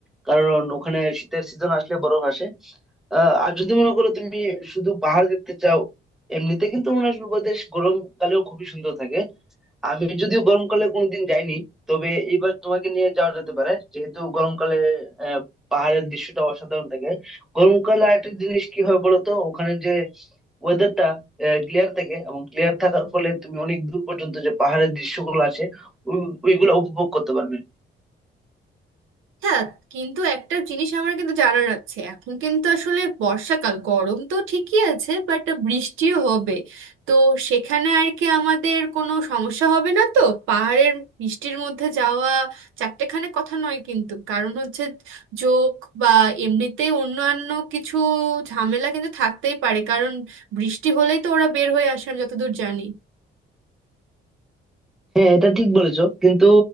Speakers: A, in the centre; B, on the right.
A: কারণ ওখানে শীতের সিজন আসলে বরফ আসে আহ, আর যদি মনে করো তুমি শুধু পাহাড় দেখতে চাও এমনিতে কিন্তু অরুণাচল প্রদেশ গরমকালেও খুবই সুন্দর থাকে আমি যদিও গরমকালে কোনোদিন যাইনি তবে এবার তোমাকে নিয়ে যাওয়া যেতে পারে যেহেতু গরমকালে আহ, পাহাড়ের দৃশ্যটা অসাধারণ থাকে গরমকালে আরেকটা জিনিস কি হয় বলো তো ওখানে যে ওয়েদারটা ক্লিয়ার থাকে এবং ক্লিয়ার থাকার ফলে তুমি অনেক দূর পর্যন্ত যে পাহাড়ের দৃশ্যগুলো আছে ওই- ওইগুলো উপভোগ করতে পারবে
B: হ্যাঁ কিন্তু একটা জিনিস আমার কিন্তু জানার আছে এখন কিন্তু আসলে বর্ষাকাল গরম তো ঠিকই আছে বাট বৃষ্টিও হবে তো সেখানে আর কি আমাদের কোনো সমস্যা হবে না তো পাহাড়ের বৃষ্টির মধ্যে যাওয়া চারটেখানে কথা নয় কিন্তু কারণ হচ্ছে যোগ বা এমনিতে অন্যান্য কিছু ঝামেলা কিন্তু থাকতেই পারে কারণ বৃষ্টি হলেই তো ওরা বের হয়ে আসে আমি যতদূর জানি
A: হ্যাঁ এটা ঠিক বলেছো কিন্তু